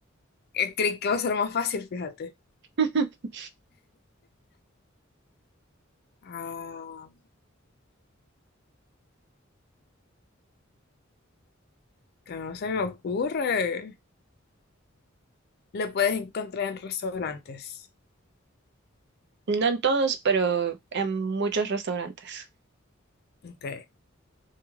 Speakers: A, on the left (about 50°); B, on the right (about 55°).
A: Eh, Creí que va a ser más fácil, fíjate.
B: <laughs>
A: Ah, que no se me ocurre. lo puedes encontrar en restaurantes.
B: No en todos, pero en muchos restaurantes.
A: Ok,